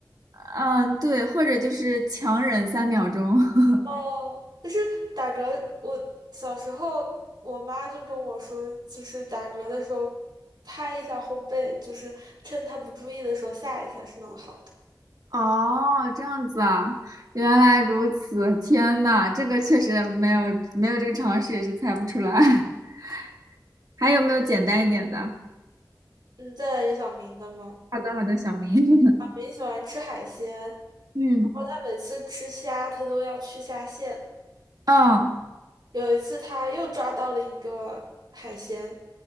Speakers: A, on the right; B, on the right.
A: 嗯，对，或者就是强忍三秒钟。<laughs>
B: 哦？但是打嗝，我小时候我妈就跟我说，就是打嗝的时候拍一下后背，就是趁他不注意的时候吓一下是能好的。
A: 哦，这样子啊，原来如此，天呐，这个确实没有没有这个常识也是猜不出来。<laughs> 还有没有简单一点的？
B: 嗯，再来一个小明的吗？
A: 好的好的，小明。<laughs>
B: 小明喜欢吃海鲜，然
A: 嗯
B: 后他每次吃虾，他都要去虾线。
A: 嗯
B: 有一次，他又抓到了一个海鲜，